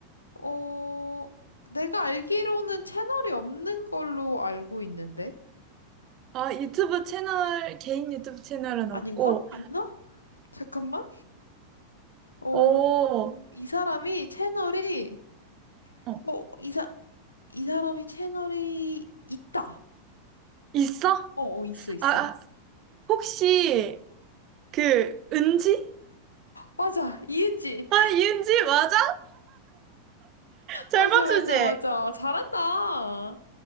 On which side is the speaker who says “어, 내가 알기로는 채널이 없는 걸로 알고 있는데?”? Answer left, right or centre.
Left